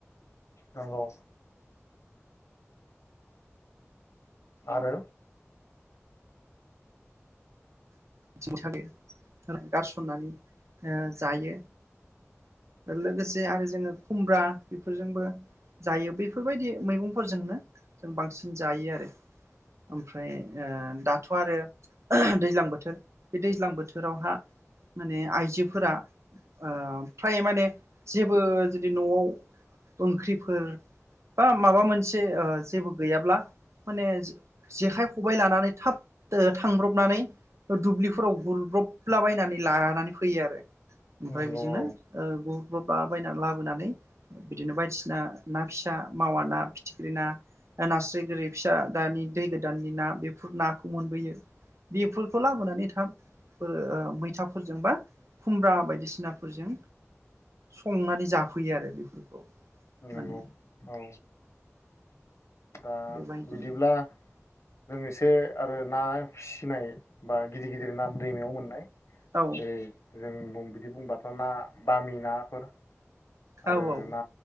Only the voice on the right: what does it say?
<unintelligible> गैया गारसननानै ओ जायो। लोगोसे आरो जोङो खुमब्रा बेफोरजोंबो जायो बेैफोरबायदि मैगंफोरजोंनो जों बांसिन जायो आरो ओमफ्राय ओ दाथ' आरो दैज्लां बोथोर बे दैज्लां बोथोरावहा माने आइजोफोरा ओ फ्राय माने जेबो जुदि न'आव ओंख्रिफोर बा माबा मोनसे ओ जेबो गैयाब्ला माने जे जेखाइ खबाइ लानानै थाब दो थांब्रबनानै ओ दुब्लिफोराव गुरब्रला बायनानै लानानै फैयो आरो ओमफाय
बिजोंनो
ओ गु बबा बायना लाबोनानै बिदिनो बायदिसिना ना फिसा मावा ना फिथिख्रि ना ओ नास्राय गोरि फिसा दानि दै गोदाननि ना बेफोर नाखौ मोनबोयो बेफो खौ लाबोनानै थाब बो ओ मैथाफोरजों बा खुमब्रा बायदिसिनाफोरजों संनानै जाफैयो आरो बेफोरखौ।
माने
बेबायदिनो
औ
औ
औ